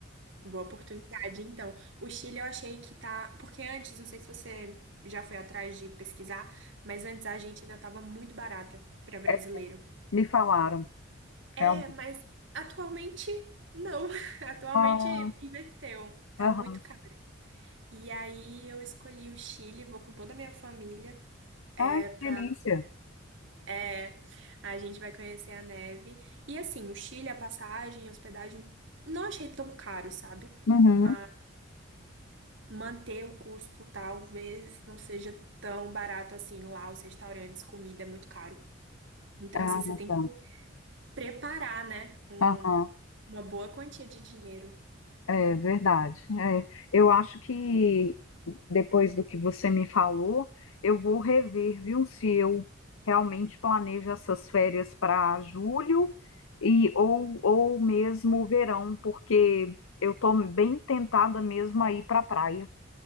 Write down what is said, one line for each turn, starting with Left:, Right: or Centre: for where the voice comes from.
Right: boa oportunidade. Então, o Chile eu achei que tá. Porque antes, não sei se você já foi atrás de pesquisar, mas antes a Argentina estava muito barata para brasileiro.
Left: É, me falaram,
Right: É,
Left: realmente.
Right: mas atualmente não. <laughs> Atualmente
Left: Ah,
Right: inverteu. Tá
Left: aham.
Right: muito caro. E aí eu escolhi o Chile, vou com toda a minha família.
Left: Ai,
Right: É
Left: que
Right: pra,
Left: delícia.
Right: é, a gente vai conhecer a neve. E assim, o Chile, a passagem, a hospedagem, não achei tão caro, sabe?
Left: Uhum.
Right: Mas manter o custo talvez não seja tão barato assim. Lá os restaurantes, comida é muito caro. Então,
Left: Ah,
Right: assim, você tem
Left: tá.
Right: que preparar, né? um-
Left: Aham.
Right: uma boa quantia de dinheiro.
Left: É verdade. É, eu acho que depois do que você me falou, eu vou rever, viu, se eu realmente planejo essas férias para julho e ou, ou mesmo o verão, porque eu estou bem tentada mesmo a ir para a praia.